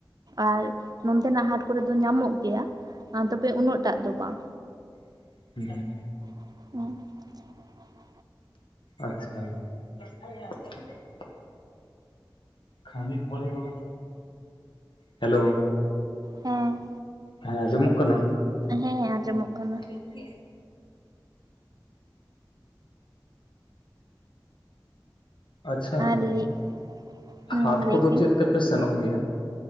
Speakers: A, on the right; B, on the left.
A: ᱟᱨ ᱱᱚᱱᱛᱮᱱᱟᱜ ᱦᱟᱴ ᱠᱚᱨᱮ ᱫᱚ ᱧᱟᱢᱚᱜ ᱜᱮᱭᱟ ᱟᱸ ᱛᱚᱵᱮ ᱩᱱᱟᱹᱜ ᱴᱟᱜ ᱫᱚ ᱵᱟᱝ
B: <unintelligible>
A: <unintelligible>
B: ᱟᱪᱪᱷᱟ <unintelligible> ᱠᱷᱟᱱᱤᱡ ᱯᱚᱨᱮ ᱜᱚᱞᱟᱢ ᱦᱮᱞᱳ
A: ᱦᱚᱸ
B: ᱦᱮᱸ ᱟᱸᱡᱚᱢᱚᱜ ᱠᱟᱱᱟ
A: ᱦᱮᱸ ᱟᱸᱡᱚᱢᱚᱜ ᱠᱟᱱᱟ
B: <unintelligible> ᱟᱪᱪᱷᱟ
A: ᱟᱨ ᱞᱟᱹᱭ ᱦᱮᱸ
B: ᱦᱟᱴ
A: ᱞᱟᱹᱭ
B: ᱠᱚᱫᱚ
A: ᱵᱤᱱ
B: ᱪᱮᱫ ᱛᱮᱯᱮ ᱥᱮᱱᱚᱜ ᱜᱮᱭᱟ?